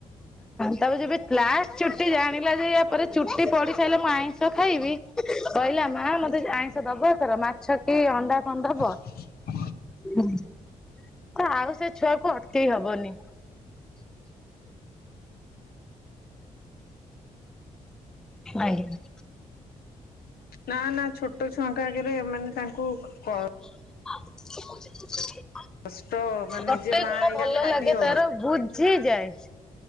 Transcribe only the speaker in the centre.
ତାପରେ ଯବେ ଲାଷ୍ଟ ଚୁଟି ଜାଣିଲା ଯେ ୟାପରେ ଚୁଟି ପଢି ସାଇଲା ମୁଁ ଆଇଁ ସ ଖାଇବି କହିଲା ମା ମତେ ଆଇଁଷ ଦବ ଏଥର ମାଛ କି ଅଣ୍ଡା ଫଣ୍ଡା ଦବ
ହୁଁ। ତ ଆଉ ସେ ଛୁଆକୁ ଅଟକେଇ ହବନି। <inaudible> ଆଜ୍ଞା।
<inaudible>
ଗୋଟେ
ଗୁଣ
ଭଲ
ଲାଗେ
ତାର ବୁଝିଯାଏ।